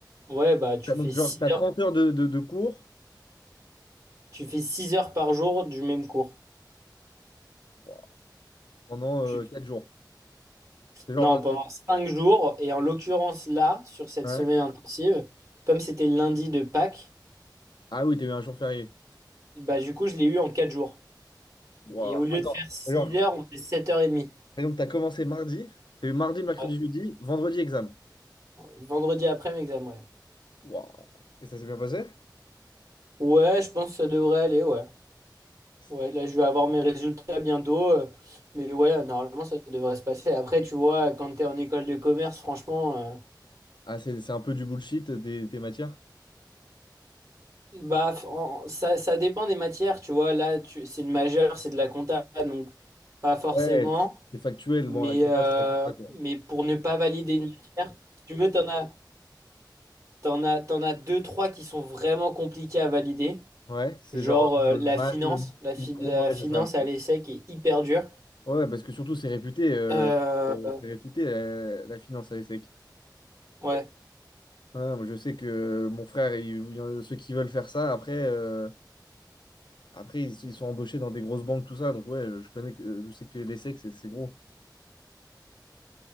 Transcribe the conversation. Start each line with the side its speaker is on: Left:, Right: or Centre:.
Right: Ouais, bah, tu
Left: T'as- Donc,
Right: fais six
Left: genre, t'as
Right: heures,
Left: 30 heures de, de, de cours
Right: tu fais 6 heures par jour du même cours.
Left: Wow. pendant euh,
Right: Tu...
Left: 4 jours. C'est Genre,
Right: Non,
Left: euh,
Right: pendant 5 jours. Et en l'occurrence, là, sur cette
Left: ouais.
Right: semaine intensive, comme c'était lundi de Pâques,
Left: Ah oui, t'as eu un jour férié.
Right: bah, du coup, je l'ai eu en 4 jours.
Left: waouh
Right: Et au lieu
Left: Attends.
Right: de faire 6
Left: Genre,
Right: heures, on fait sept heures 30
Left: et donc, t'as commencé mardi, t'as eu mardi, mercredi,
Right: Ouais.
Left: jeudi, vendredi, examen.
Right: Vendredi après mes examens, ouais.
Left: waouh Et ça s'est bien passé?
Right: Ouais, je pense que ça devrait aller, ouais.
Left: C'est-
Right: Ouais, là, je vais avoir mes résultats bientôt. euh, mais ouais, normalement, ça devrait se passer. Après, tu vois, quand t'es en école de commerce, franchement, euh,
Left: Ah, c'est c'est un peu du bullshit, euh, tes, tes matières?
Right: bah, f- en- ça, ça dépend des matières, tu vois. Là, tu, c'est le majeur, c'est de la compta, donc pas forcément.
Left: Ouais, c'est factuel.
Right: Mais,
Left: Bon, la compta,
Right: euh,
Left: c'est la compta, quoi.
Right: mais pour ne pas valider une matière, si tu veux, t'en as, t'en as, t'en as deux, trois qui sont vraiment compliqués à valider.
Left: Ouais, c'est
Right: Genre
Left: genre
Right: euh,
Left: euh,
Right: la
Left: maths,
Right: finance,
Left: euh,
Right: la, fi-
Left: micro,
Right: la
Left: ouais,
Right: finance
Left: c'est ça.
Right: à l'ESSEC est hyper dure.
Left: Ouais, parce que surtout, c'est réputé, euh,
Right: Euh,
Left: c'est
Right: euh,
Left: réputé euh, la finance à l'ESSEC.
Right: ouais,
Left: Ouais, moi, je sais que mon frère, il- il y en a ceux qui veulent faire ça, après, euh, après ils, ils sont embauchés dans des grosses banques, tout ça. Donc, ouais, je connais que, je sais que les sexes, c'est c'est gros.